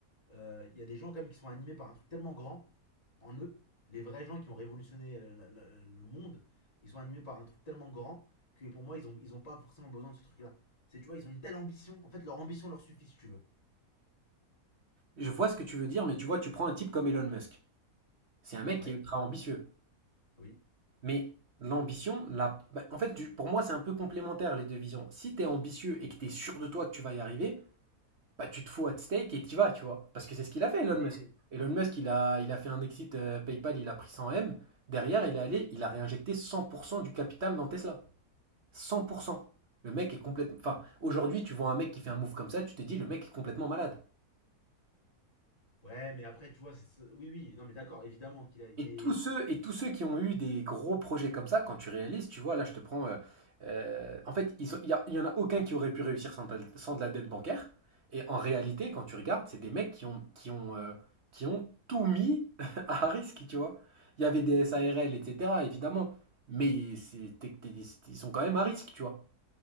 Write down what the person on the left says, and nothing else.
euh, il y a des gens quand même qui sont animés par un truc tellement grand en eux. Les vrais gens qui ont révolutionné la- la- la- le monde, ils sont animés par un truc tellement grand que pour moi, ils ont, ils ont pas forcément besoin de ce truc-là. C'est, tu vois, ils ont une telle ambition. En fait, leur ambition leur suffit, si tu veux.
Ouais,
oui,
oui.
Ouais, mais après, tu vois, c'est- c'est- oui, oui, non, mais d'accord, évidemment qu'il a.
Mais